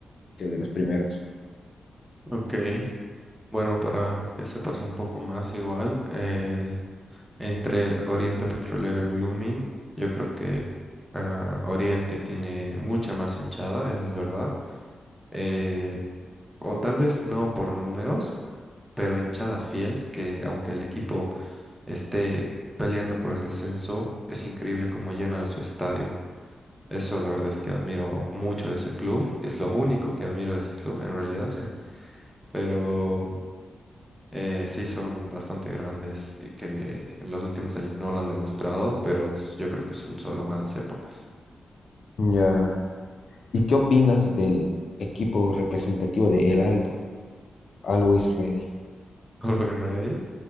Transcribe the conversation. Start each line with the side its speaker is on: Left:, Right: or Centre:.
Left: que de los primeros.
Centre: Ok, bueno, para que sepas un poco más igual, el, entre Oriente Petrolero y Blooming, yo creo que ah, Oriente tiene mucha más hinchada, eso es verdad. eh, o tal vez no por números, pero hinchada fiel, que aunque el equipo esté peleando por el descenso, es increíble cómo llenan su estadio. Eso la verdad es que admiro mucho de ese club, es lo único que admiro de ese club en realidad, <laughs> pero eh, sí son bastante grandes y que en los últimos años no lo han demostrado, pero s- yo creo que son solo malas épocas.
Left: Ya. ¿Y qué opinas del equipo representativo de El Alto? Always Ready.
Centre: <laughs> Are we ready?